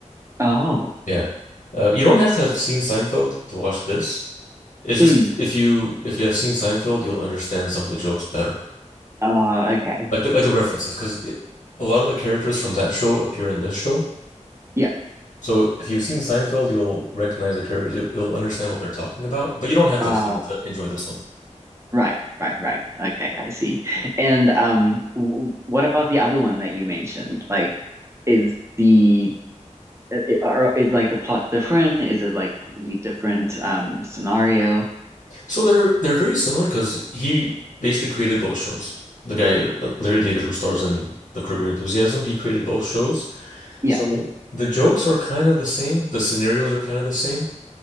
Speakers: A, on the right; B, on the left.
A: Oh.
B: Yeah. Uh, you don't have to have seen Seinfeld to watch this, It's just
A: Mm.
B: if you if you have seen Seinfeld, you'll understand some of the jokes better,
A: Uh okay.
B: like the, like the references, because a lot of the characters from that show appear in this show.
A: Yeah.
B: So if you've seen Seinfeld, you'll recognize the characters, you'll, you'll understand what they're talking about, but you don't have
A: Uh
B: to have seen it to enjoy this one.
A: right, right, right. Okay, I see. And um w what about the other one that you mentioned? Like is the i- i- are is like the plot different? Is it like a completely different um scenario?
B: So they're they're very similar because he basically created both shows. The guy uh, Larry David, who stars in The Curb Your Enthusiasm, he created both shows.
A: Yeah.
B: So the jokes are kind of the same, the scenarios are kind of the same,